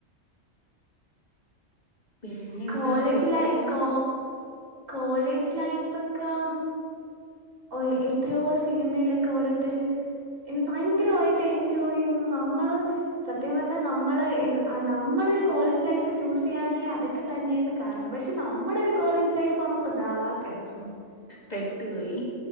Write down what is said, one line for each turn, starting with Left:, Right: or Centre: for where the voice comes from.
Left: പിന്നെ
Right: കോളേജ്ലെ
Left: എന്തുണ്ട് വിശേഷം
Right: കോ കോളേജ് ലൈഫ് ഒക്കെ ഓ എത്രയോ സിനിമയിലൊക്കെ ഓരോരുത്തര് എൻ ഭയങ്കരമായിട്ട് എൻജോയ് ചെയ്യുന്ന് നമ്മള് സത്യം പറഞ്ഞാൽ നമ്മള് എ അ നമ്മളൊരു കോളേജ് ലൈഫ് ചൂസ് ചെയ്യാനേ അതൊ ക്കെ തന്നെയാണ് കാരണം പക്ഷെ നമ്മുടെ ഒരു കോളേജ് ലൈഫ് വന്നപ്പോ ഇതാ കിടക്കുന്നു
Left: പെട്ടുപോയി